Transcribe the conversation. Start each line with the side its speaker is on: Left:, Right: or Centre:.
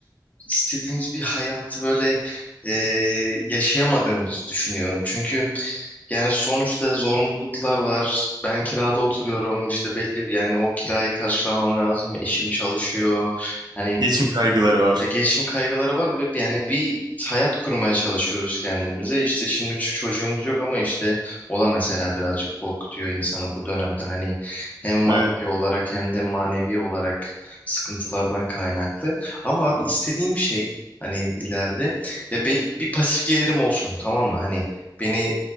Left: istediğimiz bir hayatı böyle e, yaşayamadığımızı düşünüyorum. Çünkü yani sonuçta zorunluluklar var. Ben kirada oturuyorum. İşte belli bir yani o kirayı karşılamam lazım. Eşim çalışıyor. Hani
Right: Geçim kaygıları var.
Left: ya geçim kaygıları var ve bir- yani bir hayat kurmaya çalışıyoruz kendimize. İşte şimdi ç- çocuğumuz yok ama işte o da mesela birazcık korkutuyor insanı bu dönemde. Hani hem maddi
Right: Evet,
Left: olarak hem de manevi olarak sıkıntılardan kaynaklı. Ama abi istediğim şey hani ileride ya bel- bir pasif gelirim olsun tamam mı? Hani beni